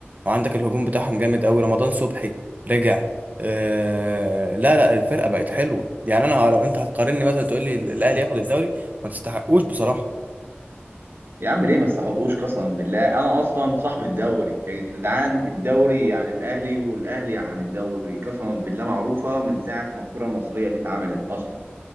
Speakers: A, on the right; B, on the right.
A: وعندك الهجوم بتاعهم جامد قوي رمضان صبحي رجع آه لا لا الفرقه بقت حلوه يعني انا لو انت هتقارني مثلا تقول لي الاهلي ياخد الدوري ما تستحقوش بصراحه
B: يا عم ليه ما تستحقوش قسما بالله انا اصلا صاحب الدوري يا جدعان الدوري يعني الاهلي والاهلي عن الدوري قسما بالله معروفه من ساعه ما الكره المصريه دي اتعملت اصلا